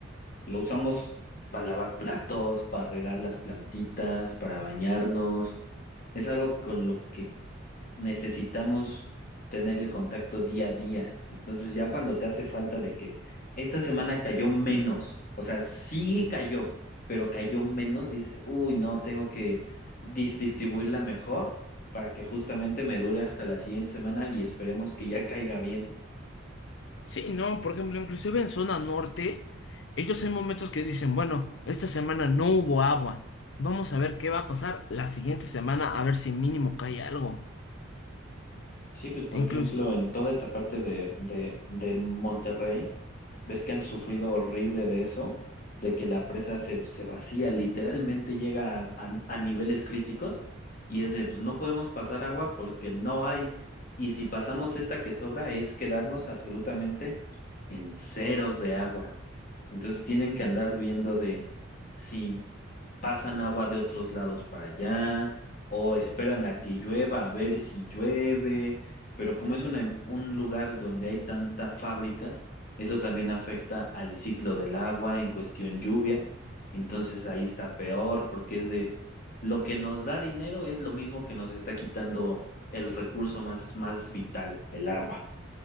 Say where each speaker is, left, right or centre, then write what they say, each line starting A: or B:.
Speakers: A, on the left (about 45°); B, on the left (about 65°).
A: Lo usamos para lavar platos, para regar las plantitas, para bañarnos. Es algo con lo que necesitamos tener el contacto día a día. Entonces ya cuando te hace falta de que esta semana cayó menos, o sea, sí cayó, pero cayó menos, dices, uy, no, tengo que dis- distribuirla mejor para que justamente me dure hasta la siguiente semana y esperemos que ya caiga bien.
B: Sí, no, por ejemplo, inclusive en zona norte, ellos hay momentos que dicen, bueno, esta semana no hubo agua, vamos a ver qué va a pasar la siguiente semana, a ver si mínimo cae algo.
A: Sí, pues por
B: Incluso...
A: ejemplo, en toda esta parte de, de, de Monterrey, ves que han sufrido horrible de eso, de que la presa se, se vacía, literalmente llega a, a- a niveles críticos y es de, pues no podemos pasar agua porque no hay. Y si pasamos esta que sobra es quedarnos absolutamente en ceros de agua. Entonces tienen que andar viendo de si pasan agua de otros lados para allá, o esperan a que llueva a ver si llueve, pero como es una em- un lugar donde hay tanta fábrica, eso también afecta al ciclo del agua en cuestión lluvia, entonces ahí está peor porque es de lo que nos da dinero es lo mismo que nos está quitando el recurso más, más vital, el agua.